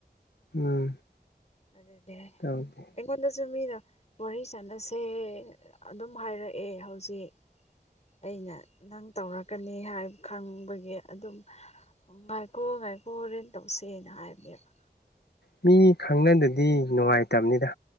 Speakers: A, on the left; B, on the left.
A: ꯎꯝ
B: ꯑꯗꯨꯗꯤ
A: ꯇꯧꯗꯦ
B: ꯑꯩꯉꯣꯟꯗꯁꯨ ꯃꯤꯅ ꯋꯥꯔꯤ ꯁꯥꯟꯅꯁꯦ ꯑꯗꯨꯝ ꯍꯥꯏꯔꯛꯑꯦ ꯍꯧꯖꯤꯛ꯫ ꯑꯩꯅ ꯅꯪ ꯇꯧꯔꯛꯀꯅꯤ ꯍꯥꯏ ꯈꯪꯕꯒꯤ ꯑꯗꯨꯝ ꯉꯥꯏꯈꯣ ꯉꯥꯏꯈꯣ ꯍꯣꯔꯦꯟ ꯇꯧꯁꯦꯅ ꯍꯥꯏꯕꯅꯦꯕ
A: ꯃꯤ ꯈꯪꯅꯗꯗꯤ ꯅꯨꯡꯉꯥꯏꯇꯕꯅꯤꯗ